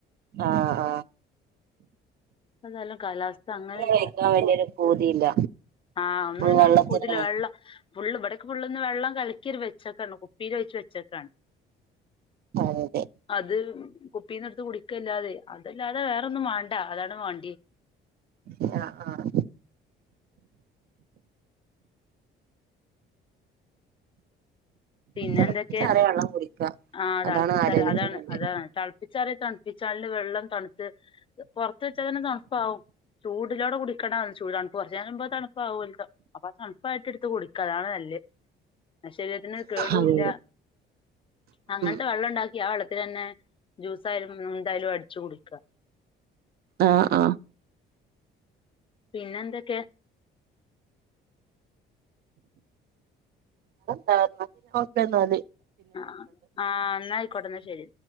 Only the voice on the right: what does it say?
ആ ആ
കഴിക്കാൻ വലിയൊരു പൂതിയില്ല
വെള്ളത്തിനാണ്
അതെ
ആഹ ആഹ്
തിളപ്പിച്ചാറിയ
വെള്ളം കുടിക്ക
അതാണ്
ആരോഗ്യത്തിന്
നല്ലത്
അതെ
അതെ
ആഹ ആഹ
ന്ത നോക്കന്നല് <inaudible>